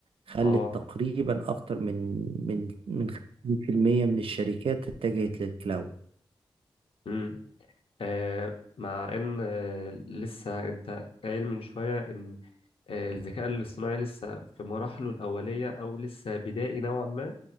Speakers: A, on the right (about 75°); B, on the left (about 75°).
A: خلت
B: اه
A: تقريبا أكتر من من من 50% من الشركات اتجهت للكلاود
B: مم. آه مع ان آه لسه انت قايل من شوية ان آه الذكاء الاصطناعي لسه في مراحله الأولية او لسه بدائي نوعا ما